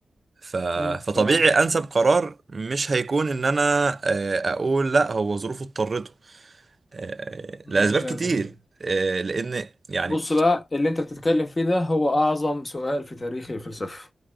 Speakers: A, on the right; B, on the left.
A: ف...
B: مم.
A: فطبيعي
B: تمام
A: انسب قرار مش هيكون ان انا آه، اقول لا هو ظروفه اضطرته آه،
B: ماشي
A: لاسباب كتير
B: يا ابني
A: آه، لان يعني
B: بص بقى اللي انت بتتكلم فيه ده هو اعظم سؤال في تاريخ الفلسفه